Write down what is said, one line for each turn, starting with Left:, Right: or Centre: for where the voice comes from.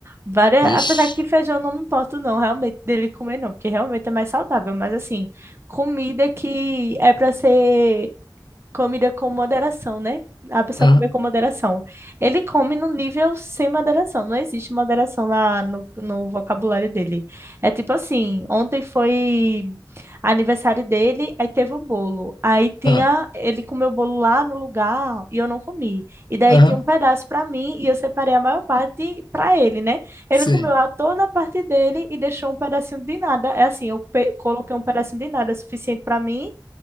Right: Várias... Apesar
Left: Ixi.
Right: que feijão eu não me importo, não, realmente, dele comer, não, porque realmente é mais saudável. Mas, assim, comida que é para ser Comida com moderação, né? A pessoa
Left: Aham,
Right: comer com moderação. Ele come num nível sem moderação. Não existe moderação lá no, no vocabulário dele. É tipo assim, ontem foi aniversário dele, aí teve o bolo. Aí tinha,
Left: aham,
Right: ele comeu o bolo lá no lugar e eu não comi. E daí
Left: aham.
Right: tinha um pedaço pra mim e eu separei a maior parte pra ele, né? Ele
Left: Sim.
Right: comeu a toda a parte dele e deixou um pedacinho de nada. É assim, eu pe- coloquei um pedacinho de nada suficiente pra mim